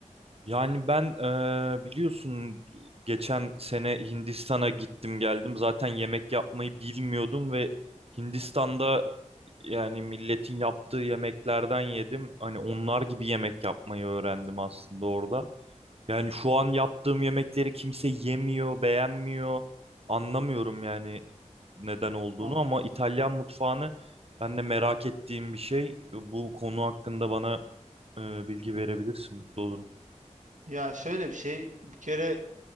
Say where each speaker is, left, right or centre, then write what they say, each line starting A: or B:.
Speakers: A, on the right; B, on the right.
A: Yani ben e, biliyorsun geçen sene Hindistan'a gittim geldim. Zaten yemek yapmayı bilmiyordum ve Hindistan'da yani milletin yaptığı yemeklerden yedim. Hani onlar gibi yemek yapmayı öğrendim aslında orada. Yani şu an yaptığım yemekleri kimse yemiyor, beğenmiyor. Anlamıyorum yani neden olduğunu
B: Ha,
A: ama İtalyan mutfağını ben de merak ettiğim bir şey. Bu konu hakkında bana e, bilgi verebilirsin, mutlu olurum.
B: Ya şöyle bir şey. Bir kere